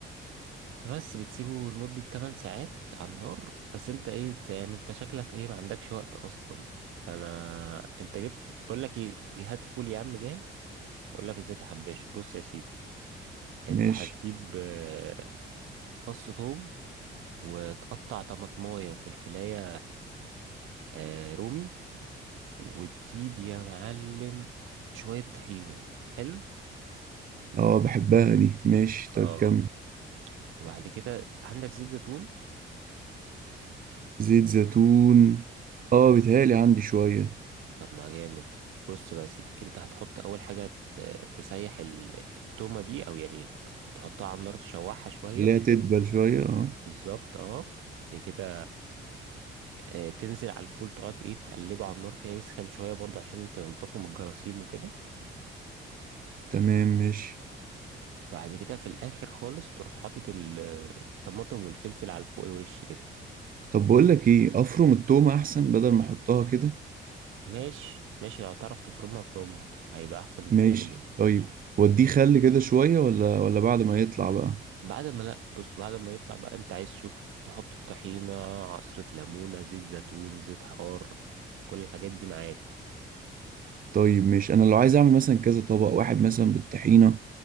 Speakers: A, on the right; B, on the right.
A: فبس بتسيبه لمدة 8 ساعات على النار بس انت ايه يعني انت شكلك ايه ما عندكش وقت اصلا فانا انت جبت بقول لك ايه هات فول يا عم جاهز اقول لك ازاي تحبشه بص يا سيدي انت
B: ماشي
A: هتجيب آه، فص ثوم وتقطع طماطمايه وفلفلايه آه رومي وتجيب يا معلم شوية طحينة حلو
B: اه بحبها دي ماشي
A: اه
B: طيب كم
A: وبعد كده عندك زيت زيتون
B: زيت زيتون اه بيتهيألي عندي شوية
A: طب ما جامد بص بقى يا سيدي انت هتحط اول حاجة ت- تسيح ال- التومة دي او يعني تحطها على النار تشوحها شوية
B: خليها تدبل شوية اه
A: بالظبط اه بعد كده آه تنزل على الفول تقعد ايه تقلبه على النار كده يسخن شوية برضه عشان تنضفه من الجراثيم وكده
B: تمام ماشي
A: وبعد كده في الاخر خالص تروح حاطط ال- الطماطم والفلفل على فوق الوش كده
B: طب بقول لك ايه افرم التومة احسن بدل ما احطها كده
A: ماشي ماشي لو تعرف تفرمها فرومها هيبقى احسن بكتير
B: ماشي طيب وديه خل كده شوية ولا ولا بعد ما يطلع بقى
A: بعد ما لا بص بعد ما يطلع بقى انت عايز تشوف تحط الطحينة عصرة ليمونة زيت زيتون زيت حار كل الحاجات دي معاك
B: طيب مش انا لو عايز اعمل مثلا كذا طبق واحد مثلا بالطحينة